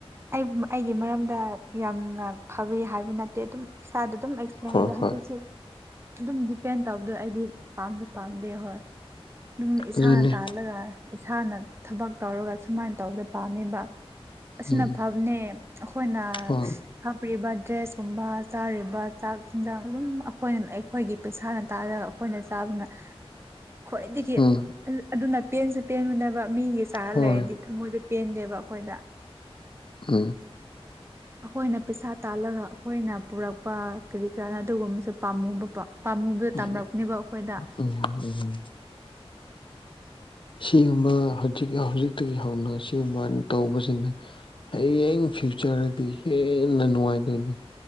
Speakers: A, on the right (about 25°); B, on the left (about 55°).
A: ꯑꯩꯕꯨ ꯑꯩꯒꯤ ꯃꯔꯝꯗ ꯌꯥꯝꯅ ꯐꯋ ꯍꯥꯏꯕ ꯅꯠꯇꯦ ꯑꯗꯨꯝ ꯏꯁꯥꯗ ꯑꯗꯨꯝ ꯑꯦꯛꯁꯄ꯭ꯂꯦꯟ
B: ꯍꯣꯏ
A: ꯑꯣꯏꯗ
B: ꯍꯣꯏ
A: ꯍꯧꯖꯤꯛꯁꯨ ꯑꯗꯨꯝ ꯗꯤꯄꯦꯟ ꯇꯧꯕꯗꯣ ꯍꯥꯏꯗꯤ ꯄꯥꯝꯁꯨ ꯄꯥꯝꯗꯦ ꯍꯣꯏ ꯑꯗꯨꯝ ꯏꯁꯥꯅ
B: ꯑꯗꯨꯅꯦ
A: ꯇꯥꯜꯂꯒ ꯏꯁꯥꯅ ꯊꯕꯛ ꯇꯧꯔꯒ ꯁꯨꯃꯥꯏꯅ ꯇꯧꯕꯗ ꯄꯥꯝꯃꯤꯕ ꯑꯁꯤꯅ
B: ꯎꯝ
A: ꯐꯕꯅꯦ ꯑꯩꯈꯣꯏꯅ
B: ꯍꯣꯏ
A: ꯍꯥꯞꯄꯤꯔꯤꯕ ꯗ꯭ꯔꯦꯁꯀꯨꯝꯕ ꯆꯥꯔꯤꯕ ꯆꯥꯛ ꯏꯤꯟꯖꯥꯡ ꯑꯗꯨꯝ ꯑꯩꯈꯣꯏꯅ ꯑꯩꯈꯣꯏꯒꯤ ꯄꯩꯁꯥꯅ ꯇꯥꯜꯂꯒ ꯑꯩꯈꯣꯏꯅ ꯆꯥ ꯅ
B: <inaudible>
A: ꯈ꯭ꯋꯥꯏꯗꯒꯤ
B: ꯎꯝ
A: ꯑꯗꯨꯅ ꯄꯦꯟꯁꯨ ꯄꯦꯟꯃꯨꯅꯕ ꯃꯤꯒꯤ ꯆꯥꯔ
B: ꯍꯣꯏ
A: ꯂꯩꯔꯗꯤ ꯊꯃꯣꯏꯗ ꯄꯦꯟꯗꯦꯕ ꯑꯩꯈꯣꯏꯗ
B: ꯑ
A: ꯑꯩꯈꯣꯏꯅ ꯄꯩꯁꯥ ꯇꯥꯜꯂꯒ ꯑꯩꯈꯣꯏꯅ ꯄꯨꯔꯛꯄ ꯀꯔꯤ ꯀꯔꯥꯅ ꯑꯗꯨꯒꯨꯝꯕꯁꯨ ꯄꯥꯝꯃꯨꯕꯀꯣ ꯄꯥꯝꯃꯨꯒ
B: ꯎꯝ
A: ꯇꯝꯂꯛꯅꯦꯕ ꯑꯩꯈꯣꯏꯗ
B: ꯎꯝ ꯎꯝ ꯁꯤꯒꯨꯝꯕ ꯍꯧꯖꯤꯛ ꯍꯧꯖꯤꯛꯇꯒꯤ ꯍꯧꯅ ꯁꯤꯒꯨꯝꯕ ꯍꯥꯏꯅ ꯇꯧꯕꯁꯤꯅꯦ ꯍꯌꯦꯡ ꯐ꯭ꯌꯨꯆꯔꯗꯗꯤ ꯍꯦꯟꯅ ꯅꯨꯡꯉꯥꯏꯗꯣꯏꯅꯤ